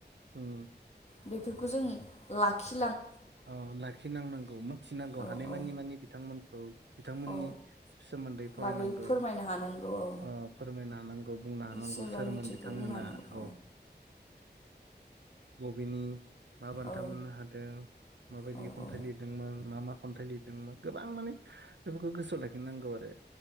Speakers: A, on the right; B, on the left.
A: उम
B: बेफोरखौ जों लाखि
A: औ लाखिनांनांगौ मिथिनांगौ
B: औ
A: हानायमानि
B: औ
A: मानि बिथांमोनखौ बिथांमोननि
B: औ
A: सोमोन्दै फरायनांगौ
B: बागै फोरमायनो हानांगौ औ
A: ओ फोरमायनो बुंनो हानांगौ
B: सोरबा
A: सोरमोन
B: मिथियैखौ
A: बिथांमोना
B: बुंनो हानांगौ
A: औ बबेनि मा बान्था
B: औ
A: मोननो हादों। माबायदि
B: औ
A: खन्थाइ
B: औ
A: लिरदोंमोन मा मा खन्थाइ लिरदोंमोन गोबां माने बेफोरखौ गोसोआव लाखिनांगौ आरो।